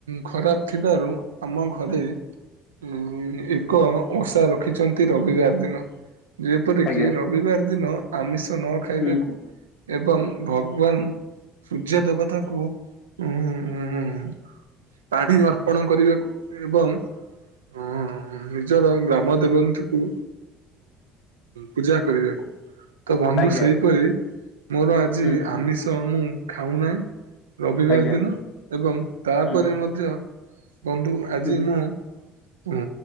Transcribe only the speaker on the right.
ଖରାପ ଥିବାରୁ ଆମ ଘରେ ଉଁ ଏକ ଓଷା ରଖିଛନ୍ତି ରବିବାର ଦିନ। ଯେପରି
କି ରବିବାର ଦିନ ଆମିଷ ନ ଖାଇବାକୁ
ଏବଂ ଭଗବାନ ସୂର୍ଯଦେବତା ଙ୍କୁ ଉଁ ପାଣି ଅର୍ପଣ କରିବାକୁ ଏବଂ ଉ ନିଜର ଗ୍ରାମ ଦେବନ୍ତୀ କୁ ପୂଜା କରିବାକୁ। ତ ବନ୍ଧୁ
ସେହିପରି ମୋର ଆଜି
ଆମିଷ ମୁଁ ଖାଉ ନାହିଁ ରବିବାର
ଦିନ ଏବଂ ତାପରେ
ମଧ୍ୟ ବନ୍ଧୁ ଆଜି
ମୁଁ ଉ